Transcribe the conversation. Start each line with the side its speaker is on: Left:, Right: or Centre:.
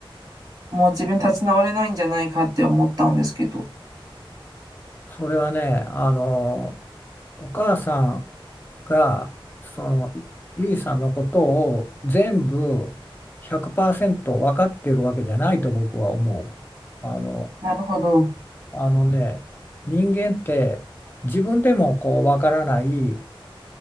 Right: もう自分立ち直れないんじゃないかって思ったんですけど。
Left: それはねあのお母さんがそのゆゆいさんのことを全部100%分かってるわけじゃないと僕は思う。あの、
Right: なるほど。
Left: あのね人間って自分でもこう分からない